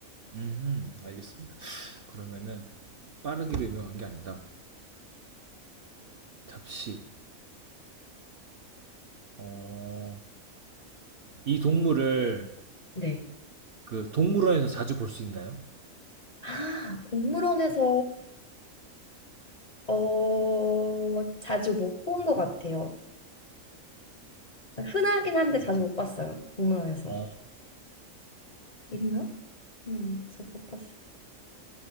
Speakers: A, on the right; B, on the left.
A: 음 알겠습니다. 그러면은 빠르기로 유명한 게 아니다. 잡식. 어, 이 동물을
B: 네.
A: 그 동물원에서 자주 볼 수 있나요?
B: 아 동물원에서 어 자주 못 본 것 같아요. 흔하긴 한데 자주 못 봤어요. 동물원에서
A: 어,
B: 있나? 음, 잘 못 봤어요.